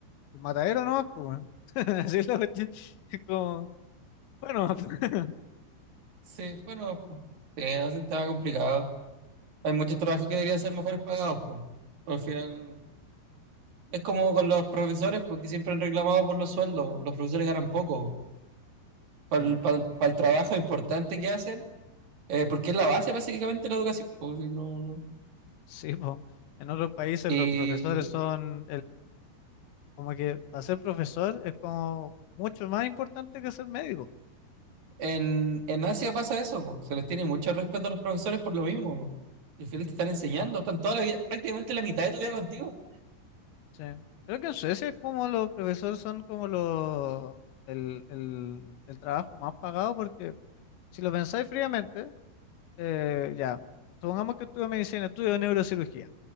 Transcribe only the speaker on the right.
Sí, bueno, pues, sí, no, sí, estaba complicado. Hay muchos trabajos que deberían ser mejores pagados, pues. Al final, es como con los profesores, porque siempre han reclamado por los sueldos. Los profesores ganan poco. Para
el, para el- para el trabajo importante que hacen, eh, porque es la base básicamente de la educación, po, si no-
Y
en, en Asia pasa eso, po, Se les tiene mucho respeto a los profesores por lo mismo, po. Al final te están enseñando, están toda la vida, prácticamente la mitad de tu vida contigo.